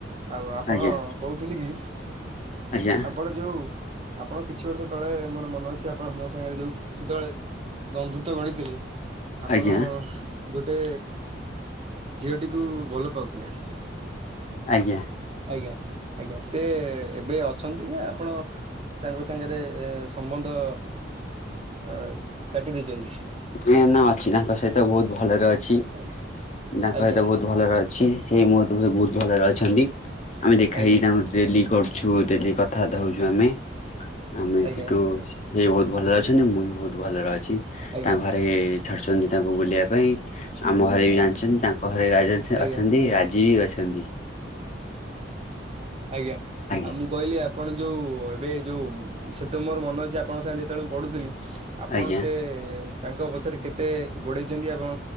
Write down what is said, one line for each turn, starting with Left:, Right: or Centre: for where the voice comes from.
Right: ଆଉ ଆପଣ
Left: ଆଜ୍ଞା
Right: କହୁଥିଲି କି
Left: ଆଜ୍ଞା
Right: ଆପଣ ଯୋଉ ଆପଣ କିଛି ବର୍ଷ ତଳେ ମୋର ମନେ ଅଛି ଆପଣ ମୋ ସାଙ୍ଗରେ ଯୋଉ ସେତେବେଳେ ବନ୍ଧୁତ୍ୱ ଗଢିଥିଲେ। ଆପଣ
Left: ଆଜ୍ଞା
Right: ଗୋଟେ ଝିଅଟିକୁ ଭଲ ପାଉଥିଲେ।
Left: ଆଜ୍ଞା।
Right: ଆଜ୍ଞା, ଆଜ୍ଞା ସେ ଏବେ ଅଛନ୍ତି ନା? ଆପଣ ତାଙ୍କ ସାଙ୍ଗରେ ସମ୍ବନ୍ଧ ଅ, କାଟି ଦେଇଚନ୍ତି?
Left: ଏ ନା ଅଛି ତାଙ୍କ ସହିତ ବହୁତ ଭଲରେ ଅଛି।
Right: ଆଜ୍ଞା
Left: ତାଙ୍କ
Right: ଆଜ୍ଞା
Left: ସହିତ ବହୁତ ଭଲରେ ଅଛି। ସେଇ ମୋ <unintelligible> ବହୁତ ଭଲରେ ଅଛନ୍ତି। ଆମେ ଦେଖା
Right: ଆଜ୍ଞା
Left: ହେଇ ତାଙ୍କୁ ଡେଲି କର ଛୁ, ଡେଲି କଥାବାର୍ତ୍ତା ହଉଛୁ ଆମେ। ଆମେ
Right: ଆଜ୍ଞା
Left: ସେଠୁ ସେ ବହୁତ ଭଲରେ ଅଛନ୍ତି। ମୁଁ ବି ବହୁତ ଭଲରେ ଅଛି।
Right: ଆଜ୍ଞା
Left: ତାଙ୍କ ଘରେ ଛାଡ଼ୁଛନ୍ତି ତାଙ୍କୁ ବୁଲିବା ପାଇଁ। ଆମ ଘରେ ବି ଜାଣିଛନ୍ତି। ତାଙ୍କ ଘରେ ରାଜ ଅଛ
Right: ଆଜ୍ଞା।
Left: ଅଛନ୍ତି, ରାଜି ଅଛନ୍ତି।
Right: ଆଜ୍ଞା
Left: ଆଜ୍ଞା।
Right: ଆଉ ମୁଁ କହିଲି ଆପଣ ଯୋଉ ଏବେ ଯୋଉ ସେତ ମୋର ମନେ ଅଛି ଆପଣଙ୍କ ସାଙ୍ଗେ ଯେ ଯେତେବେଳେ ମୁଁ ପଢ଼ୁଥିଲି। ଆପଣ
Left: ଆଜ୍ଞା
Right: ସେ ତାଙ୍କ ପଛରେ କେତେ ଗୋଡ଼େଇଚନ୍ତି। ଆପଣ